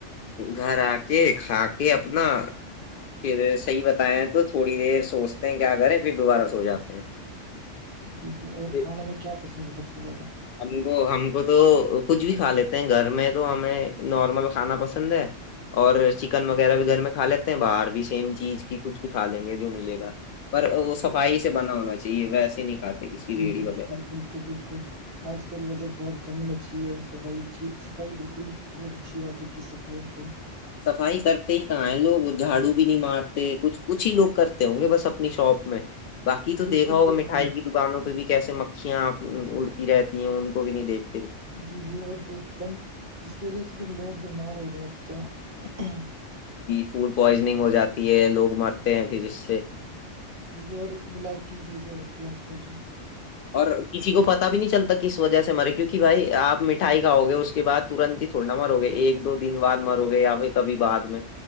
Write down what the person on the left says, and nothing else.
گھر آ کے کھا کے اپنا پھر صحیح بتائے تو تھوڑی دیر سوچتے ہیں کیا کریں پھر دوبارہ سو جاتے ہیں
پھر
ہم کو ہم کو تو کچھ بھی کھا لیتے ہیں گھر میں تو ہمیں نارمل کھانا پسند پند اور چکن وغیرہ بھی گھر میں کھا لیتے باہر بھی سیم چیز کی کچھ بھی کھا دیں گے جو ملے گا پر وہ صفائی سے بنا ہونا چاہیے ویسے نہیں کھاتے کسی
ریڑی
وغیرہ
صفائی کرتے ہی کہاں ہے لوگ جھاڑو بھی نہیں مارتے کچھ کچھ ہی لوگ کرتے ہوں گے بس اپنی شاپ میں باقی تو
دیکھا ہوگا
مٹھائی کی دکانوں پہ بھی کیے مکھیاں اڑتی رہتی ہیں ان کو بھی نہیں دیکھ
فوڈ پوائزننگ ہو جاتی ہے لوگ مرتے ہیں پھر اس سے
اور کسی کو پتا بھی نہیں چلتا کس وجہ سے مرے کیوںکہ بھائی آپ مٹھائی کھاو گے اس کے بعد ترنت ہی تھوڑ نا مرو گے ایک دو دن بعد مرو گے یا پھر کبھی بد میں